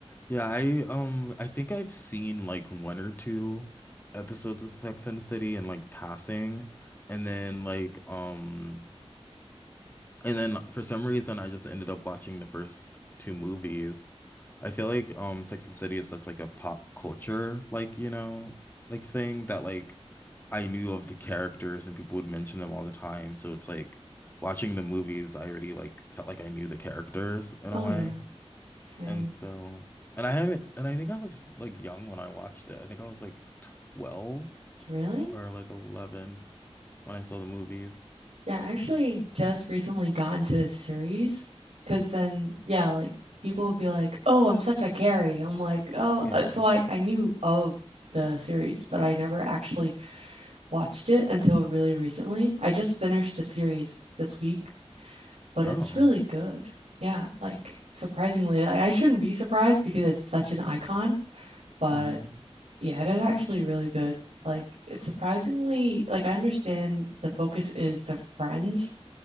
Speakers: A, on the left; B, on the right.
A: Yeah, I um I think I've seen like one or two episodes of Sex and the City and like passing and then like um and then for some reason I just ended up watching the first two movies. I feel like um Sex and the City is such like a pop culture like, you know, like thing that like I knew of the characters and people would mention them all the time. So it's like watching the movies, I already like felt like I knew the characters in
B: Oh
A: a way.
B: yeah, same.
A: And so, and I haven't, and I think I was like young when I watched it. I think I was like 12
B: Really?
A: or like 11 when I saw the movies.
B: Yeah, I actually just recently got into the series because then yeah, like people will be like, "Oh, I'm such a carry." I'm like, "Oh,
A: Yeah.
B: uh, so I I knew of the series, but I never actually watched it until really recently. I just finished a series this week, but
A: Oh.
B: it's really good. Yeah, like surprisingly, I, I shouldn't be surprised because it's such an icon, but
A: hmm
B: yeah, it is actually really good. Like it's surprisingly, like I understand the focus is the friends,